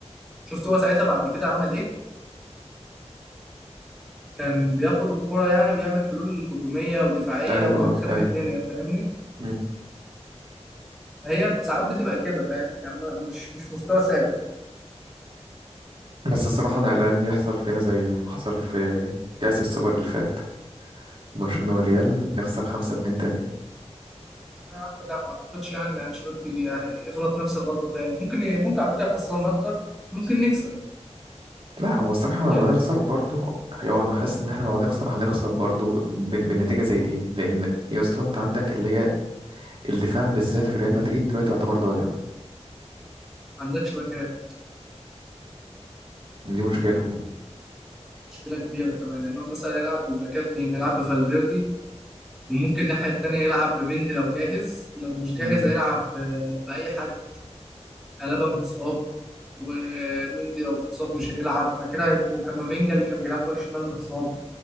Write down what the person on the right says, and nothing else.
ايوه
آه،
ايوه
امم
بس الصراحه انا قلقان يحصل فينا زي ما حصل في كاس السوبر اللي فات برشلونه والريال نخسر خمسة اتنين تاني
لا هو الصراحه
لو هنخسر
برضو ايوه انا حاسس ان احنا لو هنخسر هنخسر برضو بن- بالنتيجه زي دي لان يا اسطى انت عندك اللي هي الدفاع بالذات في ريال مدريد دلوقتي يعتبر ضايع
دي مشكله
مم.